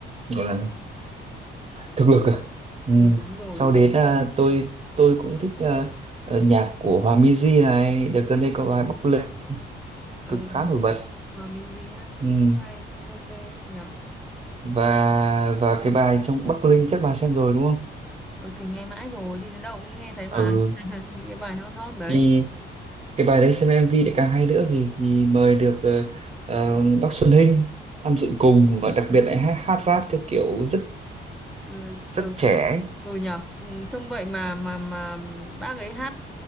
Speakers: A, on the right; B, in the centre.
A: gọi là thực lực à ừ.
B: ừ đúng rồi
A: sau
B: đúng
A: đến à, tôi tôi cũng thích à, à, nhạc của Hòa Minzy này đợt gần đây có bài Bắc Linh
B: Ờ,
A: cực khá nổi bật
B: Hòa Minzy hát cũng
A: ừ.
B: hay cũng ok ấy, nhở
A: và và cái bài trong Bắc Linh chắc bà xem rồi đúng không
B: ừ thì nghe mãi rồi đi đến đâu cũng nghe thấy mà
A: ừ
B: <laughs> những cái bài hot hot đấy
A: thì cái bài đấy xem MV lại càng hay nữa vì vì mời được ờ, ờ, bác Xuân Hinh tham dự cùng và đặc biệt lại hát, hát rap theo kiểu rất
B: ừ
A: rất
B: ừ,
A: trẻ ấy.
B: ừ nhở ừ, trông vậy mà mà mà bác ấy hát